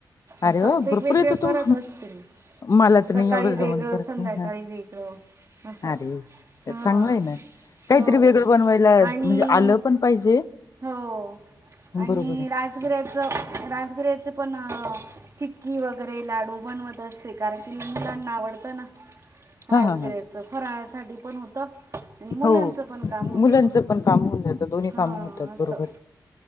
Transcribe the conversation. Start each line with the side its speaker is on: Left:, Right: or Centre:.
Right: असं
Left: अरे वा
Right: वेगवेगळे
Left: भरपूर येतं
Right: करत
Left: तू
Right: असते मी.
Left: मला तर
Right: सकाळी
Left: नाही एवढं
Right: वेगळं,
Left: जमत बरं
Right: संध्याकाळी
Left: का
Right: वेगळं असं
Left: अरे
Right: हां.
Left: चांगलं आहे ना काहीतरी
Right: हो,
Left: वेगळं बनवायला
Right: आणि
Left: म्हणजे आलं पण पाहिजे
Right: हो आणि
Left: बरोबर आहे
Right: राजगिऱ्याचं, राजगिऱ्याचं पण चिक्की वगैरे लाडू बनवते. तर श्रीकाराची मुलांना आवडतं ना? राजगिराच
Left: हा हा हा
Right: फराळासाठी पण होत, आणि मुलांच
Left: हो
Right: पण काम होतं.
Left: मुलांचं पण काम होऊन जातं दोन्ही
Right: हां
Left: कामं होतात
Right: असं.
Left: बरोबर